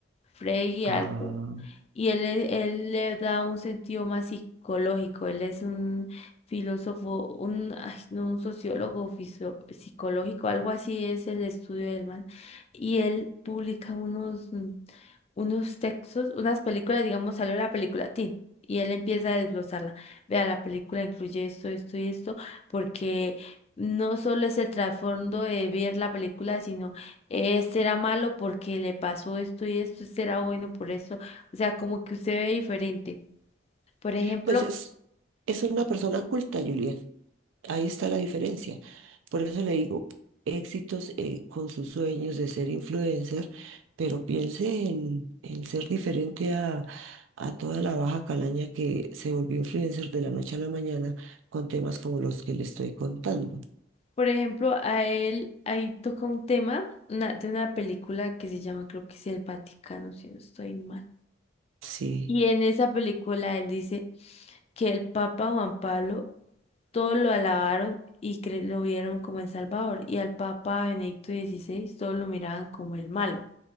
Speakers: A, on the left; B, on the right.
A: Freddy
B: Ah,
A: Albo y él, le- él le da un sentido más psicológico. Él es un filósofo, un, ay, no, un sociólogo fisio- psicológico, algo así es el estudio del man. Y él publica unos, mm, unos textos, unas películas, digamos, salió la película Tin. Y él empieza a desglosarla. Vea, la película incluye esto, esto y esto, porque no solo es el trasfondo de ver la película, sino este era malo porque le pasó esto y esto, este era bueno por esto. O sea, como que usted ve diferente. Por ejemplo,
B: Pues es, es una persona culta, Juliet. Ahí está la diferencia. Por eso le digo, éxitos eh, con sus sueños de ser influencer, pero piense en, en ser diferente a, a toda la baja calaña que se volvió influencer de la noche a la mañana con temas como los que le estoy contando.
A: por ejemplo, a él ahí toca un tema una- de una película que se llama, creo que es El Vaticano, si no estoy mal.
B: Sí,
A: Y en esa película él dice que el Papa Juan Pablo todos lo alabaron y cre- lo vieron como el Salvador. Y al Papa Benedicto XVI todos lo miraban como el malo.